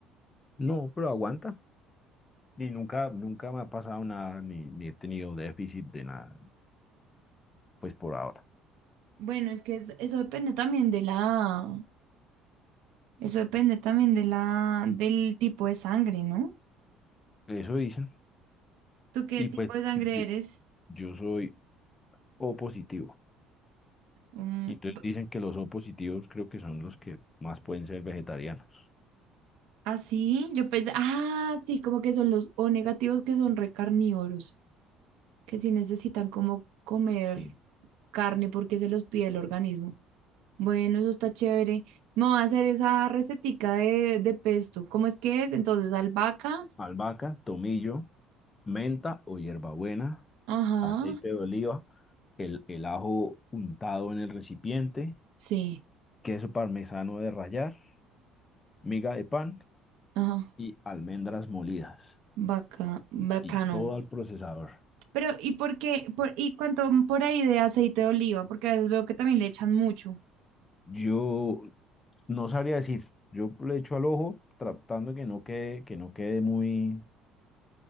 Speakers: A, on the left (about 15°); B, on the right (about 75°).
A: No, pero aguanta. Y nunca, nunca me ha pasado nada, ni, ni he tenido déficit de nada, pues por ahora.
B: Bueno, es que es- eso depende también de la, eso depende también de la, del tipo de sangre, ¿no?
A: Eso dicen.
B: ¿Tú qué
A: Y
B: tipo
A: pues
B: de sangre
A: yo,
B: eres?
A: yo soy O positivo.
B: Mm,
A: Y entonces
B: b-
A: dicen que los O positivos creo que son los que más pueden ser vegetarianos.
B: ¿Ah, así, yo pensé, ah, sí, como que son los O negativos que son recarnívoros. que sí necesitan como comer
A: Sí.
B: carne porque se los pide el organismo. Bueno, eso está chévere. Me voy a hacer esa recetica de, de pesto. ¿Cómo es que es? Entonces, albahaca.
A: Albahaca, tomillo, menta o hierbabuena,
B: Ajá.
A: aceite de oliva, el, el ajo untado en el recipiente,
B: Sí.
A: queso parmesano de rallar, miga de pan
B: Ajá.
A: y almendras molidas.
B: Vaca, bacano.
A: Y todo al procesador.
B: Pero, ¿y por qué? Por, ¿y cuánto por ahí de aceite de oliva? Porque a veces veo que también le echan mucho.
A: Yo no sabría decir, yo le echo al ojo tratando que no quede, que no quede muy,